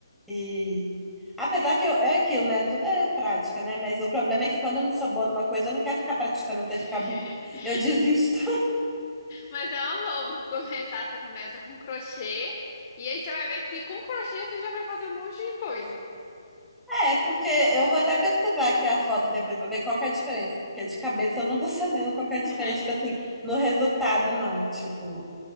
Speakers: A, in the centre; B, on the left (about 35°).
A: E apesar
B: É.
A: que eu- é aquilo, né? Tudo é prática, né? Mas o problema é que quando eu não sou boa numa coisa, eu não quero ficar praticando
B: <laughs>
A: até ficar bom. <laughs> Eu desisto.
B: Mas é uma boa pra começar, você começa com crochê, e aí você vai ver que com crochê você já vai fazer um monte de coisa.
A: É, porque eu vou até pesquisar aqui as fotos depois pra ver qual que é a diferença, porque de cabeça eu não tô <laughs> sabendo qual que é a diferença,
B: <laughs>
A: tipo assim, no resultado não, tipo,